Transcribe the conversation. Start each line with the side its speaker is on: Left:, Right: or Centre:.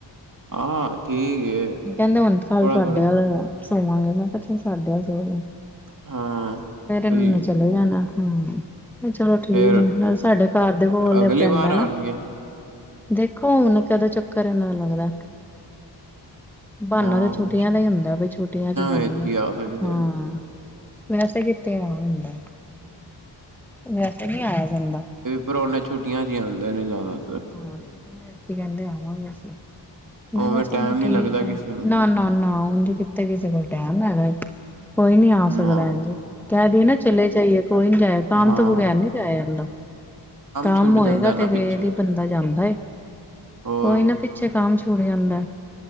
Right: ਹਾਂ ਠੀਕ ਏ
Centre: ਕਹਿੰਦੇ ਹੁਨ ਕੱਲ
Right: ਥੋੜਾ-ਥੋੜਾ
Centre: ਕੱਲ ਤੁਹਾਡੇ ਵੱਲ ਸੋਵਾਂਗੇ ਮੈਂ ਕਿਹਾ ਚਲ' ਸਾਡੇ ਵੱਲ ਸੋ ਜਾਈਓ
Right: ਹਾਂ
Centre: ਫਿਰ ਇਹ
Right: ਉਹੀ
Centre: ਨਹੀਂ ਆਣਾ ਹਾਂ ਨਹੀਂ ਚਲੋ ਠੀਕ
Right: ਫੇਰ-ਫੇਰ
Centre: ਆ ਨਾਲ ਸਾਡੇ ਘਰ ਦੇ ਕੋਲ
Right: ਅਗਲੀ
Centre: ਪੈਂਦਾ
Right: ਵਾਰ ਆਣਗੇ
Centre: ਨਾ ਦੇਖੋ ਹੁਣ ਕਦੋਂ ਚੱਕਰ ਇਹਨਾਂ ਦਾ ਲੱਗਦਾ ਬਹਾਨਾ
Right: ਹਾਂ
Centre: ਤਾਂ ਛੁੱਟੀਆਂ ਦਾ ਹੀ ਹੁੰਦਾ ਬਈ ਛੁੱਟੀਆਂ ਚ' ਜਾਵਾਗੇ
Right: ਵਿੱਚ ਹੀ ਆ ਸਕਦੇ
Centre: ਹਾਂ
Right: ਨੇ
Centre: ਵੈਸੇ ਕਿੱਥੇ ਆ ਹੁੰਦਾ ਵੈਸੇ ਨੀ ਆਇਆ ਜਾਂਦਾ
Right: ਪਰੋਣੇੇ ਛੁੱਟੀਆਂ ਚ' ਹੀ ਆਉਂਦੇ ਨੇ ਜ਼ਿਆਦਾਤਰ
Centre: ਹਾਂ ਛੁੱਟੀਆਂ ਵਿੱਚ ਹੀ ਕਹਿੰਦੇ ਆਵਾਂਗੇ ਅਸੀਂ ਮੈਂ
Right: ਉਵੇਂ
Centre: ਕਿਹਾ ਚਲੋ
Right: ਟਾਈਮ ਨੀ
Centre: ਠੀਕ
Right: ਲੱਗਦਾ ਕਿਸੇ
Centre: ਹੈ
Right: ਨੂੰ
Centre: ਨਾ-ਨਾ-ਨਾ ਉਝ ਕਿੱਥੇ ਕਿਸੇ ਕੋਲ ਟੈਮ ਹੈਗਾ ਕੋਈ ਨੀ ਆ ਸਕਦਾ
Right: ਨਾ-ਨਾ
Centre: ਇਜ਼ ਕਹਿ ਦਈਏ ਨਾ ਚਲੇ ਜਾਈਏ ਕੋਈ ਨੀ ਜਾਇਆ ਕੰਮ
Right: ਹਾਂ
Centre: ਤੋਂ ਬਗੈਰ ਨੀ ਜਾਇਆ ਜਾਂਦਾ ਕੰਮ
Right: ਛੁੱਟ
Centre: ਹੋਏਗਾ
Right: ਜਾਂਦਾ ਨਾ
Centre: ਤੇ
Right: ਪਿੱਛੇ
Centre: ਫੇਰ ਈ ਬੰਦਾ ਜਾਂਦਾ ਏ
Right: ਹੋਰ
Centre: ਉਹ ਹੀ ਨਾ ਪਿੱਛੇ ਕੰਮ ਛੂਟ ਜਾਂਦਾ ਏ